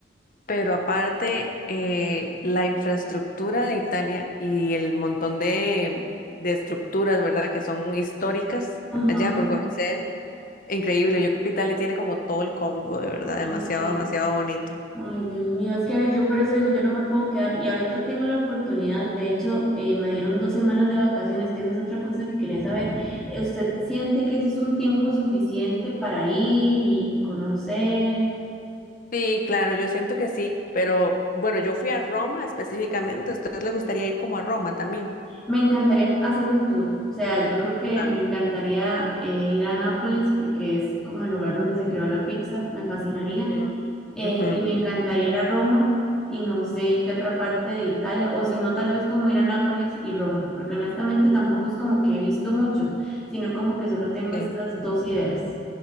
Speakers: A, on the left; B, in the centre.
A: Pero aparte, eh, la infraestructura de Italia y el montón de, de estructuras, ¿verdad? Que son históricas
B: Ajá,
A: allá por conocer. Increíble. Yo creo que Italia tiene como todo el combo, de verdad.
B: ok.
A: Demasiado, demasiado bonito.
B: Ay, Dios mío, es que ves, yo por eso digo, yo no me puedo quedar y ahorita tengo la oportunidad, de hecho, eh, me dieron dos semanas de vacaciones, que esa es otra cosa que quería saber. Eh, ¿Usted siente que ese es un tiempo suficiente para ir y conocer?
A: Sí, claro, yo siento que sí. Pero bueno, yo fui a Roma específicamente. ¿A ustedes les gustaría ir como a Roma también?
B: Me encantaría hacer un tour, o sea, yo creo que
A: Ah.
B: me encantaría eh, ir a Nápoles porque es como el lugar donde se creó la pizza, me fascinaría.
A: Ujú,
B: eh,
A: ujú,
B: y me encantaría ir a Roma y no sé qué otra parte de Italia, o si no, tal vez como ir a Nápoles y Roma, porque honestamente tampoco es como que he visto mucho, sino como que solo tengo
A: sí.
B: estas dos ideas.